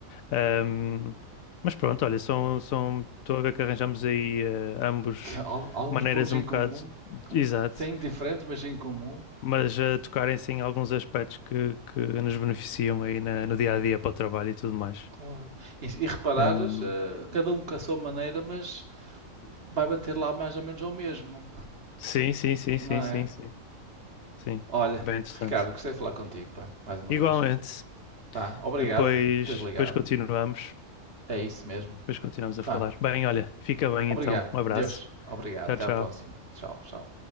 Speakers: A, on the left; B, on the right.
A: Ahm, mas pronto, olha, são, são, estou a ver que arranjamos aí eh, ambos
B: Alguns
A: maneiras
B: pontos em
A: um bocado,
B: comum.
A: exato,
B: Sem diferentes, mas em comum.
A: mas a tocarem-se em alguns aspectos que, que nos beneficiam aí na- no dia a dia para o trabalho e tudo mais.
B: Claro. E, se- e reparares,
A: Ahm,
B: eh, cada um com a sua maneira, mas vai bater lá mais ou menos ao mesmo,
A: sim, sim, sim,
B: não
A: sim,
B: é?
A: sim, sim, sim,
B: Olha,
A: bem interessante.
B: Ricardo, gostei de falar contigo, pá, mais uma
A: Igualmente,
B: vez. Pá, obrigado
A: depois,
B: por teres ligado.
A: depois continuamos,
B: É isso mesmo.
A: depois continuamos a
B: Pá,
A: falar. Bem, olha, fica bem
B: obrigado.
A: então, um abraço,
B: Deus, obrigado.
A: tchau,
B: Até
A: tchau.
B: à próxima. Tchau, tchau.